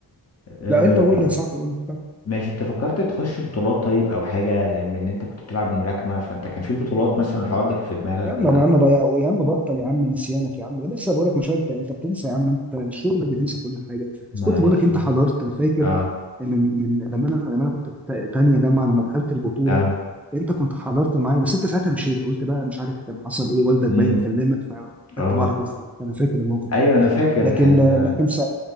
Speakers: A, on the left; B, in the centre.
A: آه
B: لا انت قول يا صاحبي قول لي.
A: ماشي انت فكرت تخش بطولات طيب او حاجه لان انت كنت بتلعب ملاكمه فانت كان في بطولات مثلا الحوار ده كان في دماغك
B: يا عم
A: ولا
B: يا عم بقى يا عم بطل يا عم نسيانك يا عم ده لسه بقول لك مش انت انت بتنسى يا عم انت الشغل بتنسى كل حاجه
A: معلش
B: بس كنت بقول لك انت حضرت انا فاكر
A: اه
B: من من لما انا لما انا كنت في تانيه جامعه لما دخلت البطوله
A: اه
B: انت كنت حضرت معايا بس انت ساعتها مشيت قلت بقى مش عارف كان حصل ايه والدك
A: امم
B: باين كلمك فخدت
A: اه
B: بعضك واخدت انا فاكر الموقف
A: ايوه
B: ده
A: انا فاكر الحل
B: لكن
A: اه
B: لكن س-